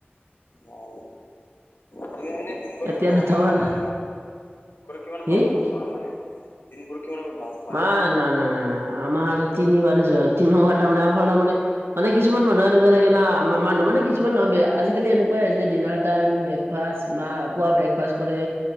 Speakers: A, on the left; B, on the right.
A: অ <unintelligible> দিনবোৰে
B: এতিয়া
A: কিমান
B: দুটামান
A: বাৰ মানে দিনবোৰত কিমান
B: হি
A: পাৰ ভাত
B: কি
A: খোৱা মানে দিনবোৰ কিমান পাৰ ভাত খোৱা
B: নাই ন ন ন আমাৰ তিনি বাৰএ য তিনো বাৰ তাৰমানে আমাৰ তাৰ মানে মানে কিছমান মানুহ এনেকুৱা থাকে ন মানুহ মানে কিছুমান নহয় আজিকালি এনেকুৱাই হৈছে ডিনাৰ টাইম ব্ৰেক ব্ৰেকফাষ্ট বা পুৱা ব্ৰেকফাষ্ট কৰে